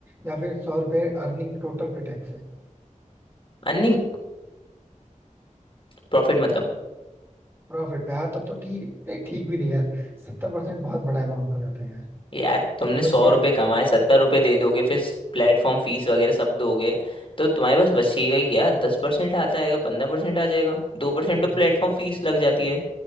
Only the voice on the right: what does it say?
या फिर सौ रुपये अर्निंग टोटल पे टैक्स है
प्रॉफिट पे हाँ तब तो ठीक नहीं ठीक भी नहीं यार सत्तर परसेंट बहुत बड़ा अमाउंट हो जाता है यार
तो
बचेगा
क्या
बेसिकली